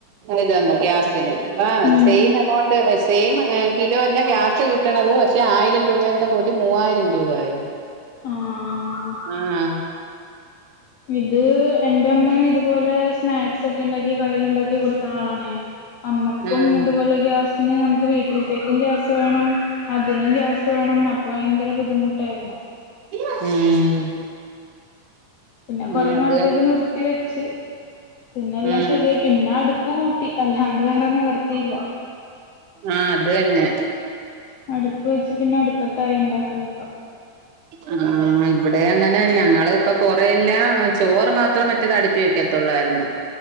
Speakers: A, on the right; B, on the left.
A: ഇതന്നു ഗ്യാസിന് ആ
B: ഉം
A: സെയിം എമൗണ്ട് സെയിം കിലോ തന്നെ ഗ്യാസ് കിട്ടണത് പക്ഷെ ആയിരം രൂപയുടെ കൂടി മൂവായിരം രൂപ ആയി
B: ആ
A: ആഹ
B: ഇത് എന്റെ അമ്മേനെയും ഇതുപോലെ സ്നാക്സ് ഒക്കെ ഉണ്ടാക്കി കടയിൽ ഉണ്ടാക്കി കൊടുക്കുന്ന ആളാണെ അമ്മക്കും
A: ആഹ്
B: അതുപോലെ ഗ്യാസ് പിന്നെ നമുക്ക് വീട്ടിലത്തേക്കും ഗ്യാസ് വേണം അതിനും ഗ്യാസ് വേണം അപ്പൊ ഭയങ്കരം ബുദ്ധിമുട്ടായിരുന്നു
A: ഉം
B: പിന്നെ
A: ഉം
B: കുറെേ
A: അത്
B: നാളത്തേക്ക്
A: തന്നെ
B: നിർത്തി വെച്ച ച്ച് പിന്നെല്ലാം
A: ഉം
B: ശരിയായി പിന്നെ അടു ട്ടുപു കൂട്ടി അല്ലാണ്ട് വേറെ നിവർത്തിയില്ല
A: ആഹ് അത് തന്നെ
B: അടുപ്പ് വെച്ച് പിന്നെ അടുപ്പത്തായി ഉണ്ടാക്കലൊക്ക
A: ആ ഇവിടെ അങ്ങനെ ഞങ്ങൾ ഇപ്പ കൊറല്ല ചോറ് മാത്രേ മറ്റേത് അടുപ്പി വെക്കത്തുള്ളുയിരുന്നു